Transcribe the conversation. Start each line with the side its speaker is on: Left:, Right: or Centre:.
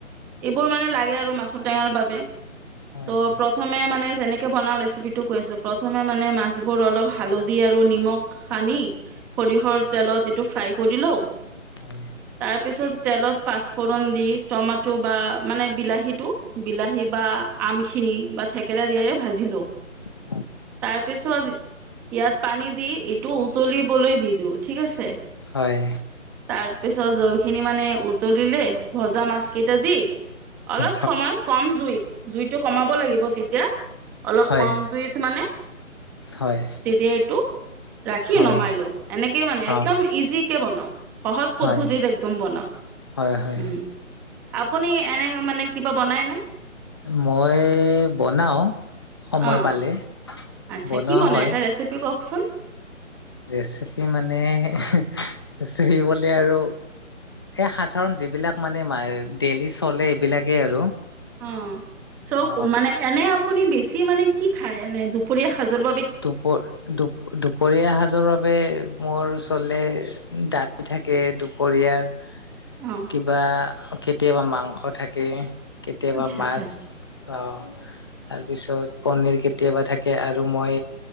Centre: এইবোৰ মানে লাগে আৰু মাছৰ টেঙাৰ বাবে।
Left: হয়
Centre: ত' প্ৰথমে মানে যেনেকে বনাও ৰেচিপি টো কৈছো। প্ৰথমে মানে মাছবোৰ অলপ হালধি আৰু নিমখ সানি সৰিয়হৰ
Left: হয়
Centre: তেলত ইটো ফ্ৰাই কৰি লওঁ।
Left: হয়।
Centre: তাৰপিছত তেলত পাঁচপুৰণ দি টো বা মানে বিলাহীটো বিলাহী বা আমখিনি বা থেকেৰা দিয়োৰে ভাজি লওঁ।
Left: <inaudible>
Centre: তাৰপিছত ইয়াত পানী দি এইটো উতলিবলৈ দি দিওঁ ঠিক আছে।
Left: হয়।
Centre: তাৰপিছত জলখিনি মানে উতলিলে, ভজা মাছ কেইটা দি
Left: হয়
Centre: অলপ সময় কম জুইত, জুইতটো কমাব লাগিব তেতিয়া অলপ
Left: হয়
Centre: কম জুইত মানে
Left: হয়।
Centre: তেতিয়া এইটো ৰাখি
Left: হয়
Centre: নমাই লওঁ। এনেকেই মানে একদম
Left: অঁ
Centre: ইজিকে বনাওঁ। সহজ
Left: হয়
Centre: পদ্ধতিত একদম বনাও।
Left: হয় হয়
Centre: উম। আপুনি এনে মানে কিবা বনায়নে?
Left: মই বনাও সময়
Centre: অঁ
Left: পালে।
Centre: আচ্ছা
Left: বনোৱা
Centre: কি বনাই
Left: হয়
Centre: এটা ৰেচিপি কওঁকচোন।
Left: ৰেচিপি মানে ৰেচিপিবলে আৰু এই সাধাৰণ যিবিলাক মানে ডেইলি চলে এইবিলাকেই আৰু
Centre: অ চ
Left: অ
Centre: মানে এনে আপুনি বেছি মানে কি খায়? এনে দুপৰীয়া সাজৰ বা
Left: দুপৰ দু দুপৰীয়া সাজৰ বাবে মোৰ ওচৰলে দাই থাকে। দুপৰীয়াৰ
Centre: অঁ
Left: কিবা কেতিয়াবা মাংস থাকে, কেতিয়াবা
Centre: আচ্ছা
Left: মাছ।
Centre: আচ্ছা
Left: অ তাৰপিছত পনিৰ কেতিয়াবা থাকে আৰু মই